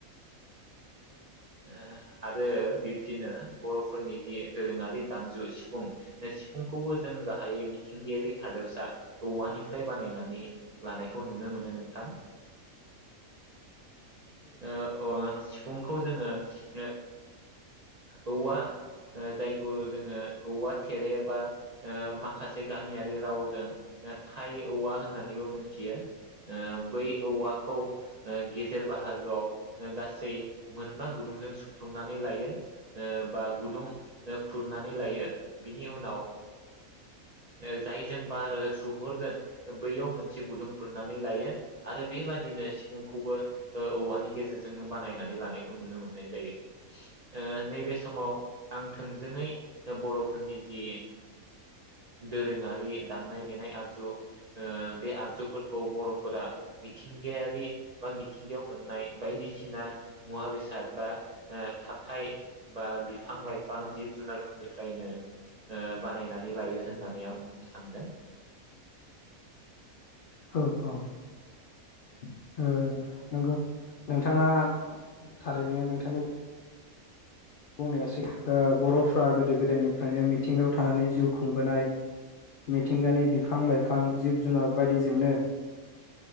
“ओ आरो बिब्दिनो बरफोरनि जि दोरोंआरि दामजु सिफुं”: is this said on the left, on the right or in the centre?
Right